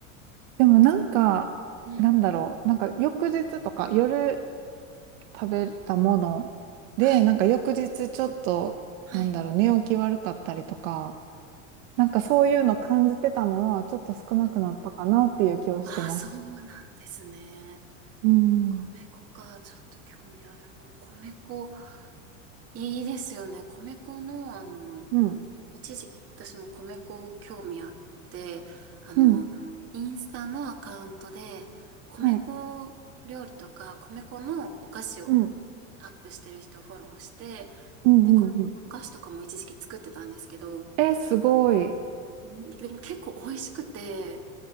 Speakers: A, on the right; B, on the right.
A: でもなんかなんだろうなんか翌日とか夜
B: うんうん。
A: 食べたもので、
B: はい
A: なんか翌日ちょっと、
B: はい、
A: なんだろう、
B: はい、
A: 寝起き悪かったりとか、なんかそういうの感じてたのは、ちょっと少なくなったかなっていう気はしてます。
B: ああ、そうなんですね。
A: うん。
B: 米粉か、
A: う
B: ちょっと興味ある。もう米粉、いいですよね。米粉の、あの、
A: ん、
B: 一時期私も米粉興味あって、あの、
A: うん、
B: インスタのアカウントで、米粉料理とか、
A: はい、
B: 米粉のお菓子を
A: うん、
B: アップしてる人をフォローして、
A: うん、
B: で、細かいお菓子とかも一時期作ってたんですけど、
A: うん、うん。え、すごい。
B: うんでも結構美味しくて、